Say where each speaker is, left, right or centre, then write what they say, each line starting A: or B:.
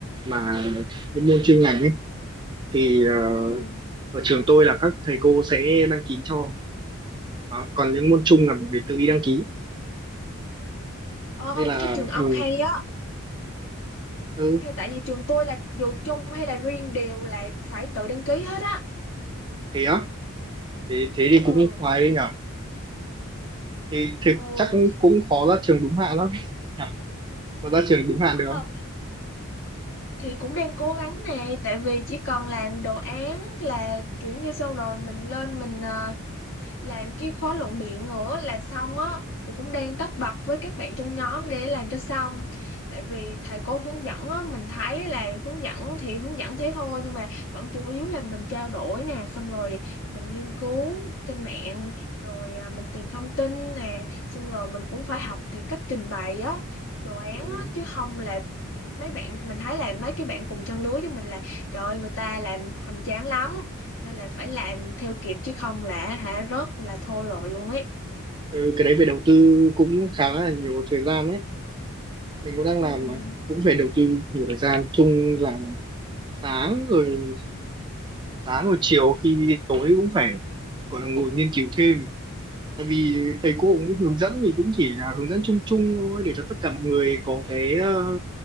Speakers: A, on the right; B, on the left.
A: mà những môn chuyên ngành ấy thì ờ,
B: ừ
A: ở trường tôi là các thầy cô sẽ đăng ký cho đó. còn những môn chung là mình
B: Ừ.
A: phải tự đi đăng ký
B: Ờ,
A: nên là
B: cái trường ông
A: ừ
B: hay á
A: ừ
B: cái- tại vì trường tôi là dù chung hay là riêng đều là phải tự đăng ký hết á
A: thế á thế thế thì
B: ừ
A: cũng khoái đấy nhở thế, thế
B: ừ
A: chắc cũng khó ra trường đúng hạn lắm nhở? có ra trường đúng hạn
B: Ờ,
A: được không
B: thì cũng đang cố gắng nè tại vì chỉ cần làm đồ án là kiểu như xong rồi mình lên mình ờ, làm cái khóa luận biện nữa là xong á thì cũng đang tất bật với các bạn trong nhóm để làm cho xong tại vì thầy cô hướng dẫn á mình thấy là hướng dẫn thì hướng dẫn thế thôi nhưng mà vẫn chủ yếu là mình trao đổi nè xong rồi mình nghiên cứu trên mạng rồi à, mình tìm thông tin nè xong rồi mình cũng phải học thì cách trình bày á đồ án
A: ừ.
B: á chứ không là mấy bạn mình thấy là mấy cái bạn cùng trang lứa với mình là trời ơi người ta làm hoành tráng lắm nên là phải làm theo kịp chứ không là hả rớt là thôi rồi luôn ấy
A: ừ cái đấy phải đầu tư cũng khá là nhiều thời gian đấy mình cũng đang
B: ừ
A: làm mà cũng phải đầu tư nhiều thời gian chung là sáng rồi sáng rồi chiều khi tối cũng phải gọi là ngồi nghiên cứu thêm tại vì thầy cô cũng hướng dẫn thì cũng chỉ là hướng dẫn chung chung thôi để cho tất cả mọi người có cái ờ,